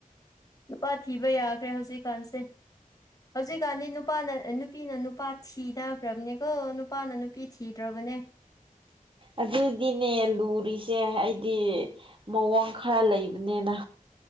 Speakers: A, on the left (about 25°); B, on the right (about 35°).
A: ꯅꯨꯄꯥ ꯊꯤꯕ ꯌꯥꯈ꯭ꯔꯦ ꯍꯧꯖꯤꯛꯀꯥꯟꯁꯦ ꯍꯧꯖꯤꯛꯀꯥꯟꯗꯤ ꯅꯨꯄꯥꯅ ꯑ ꯅꯨ ꯅꯨꯄꯤꯅ ꯅꯨꯄꯥ ꯊꯤꯅꯈ꯭ꯔꯕꯅꯦꯀꯣ ꯅꯨꯄꯥꯅ ꯅꯨꯄꯤ ꯊꯤꯗ꯭ꯔꯕꯅꯦ
B: ꯑꯗꯨꯗꯤꯅꯦ ꯂꯨꯔꯤꯁꯦ ꯑꯩꯗꯤ ꯃꯑꯣꯡ ꯈꯔ ꯂꯩꯕꯅꯦꯅ